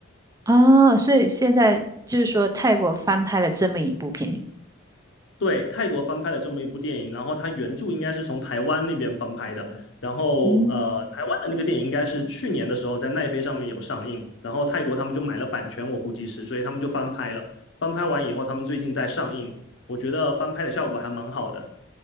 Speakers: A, on the right; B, on the left.
A: 啊、所以现在就是说泰国翻拍了这么一部片，
B: 对，泰国翻拍了这么一部电影，然后它原著应该是从台湾那边翻拍的，然后呃，
A: 嗯，
B: 台湾的那个电影应该是去年的时候在奈飞上面有上映，然后泰国他们就买了版权，我估计是，所以他们就翻拍了。翻拍完以后，他们最近在上映，我觉得翻拍的效果还蛮好的。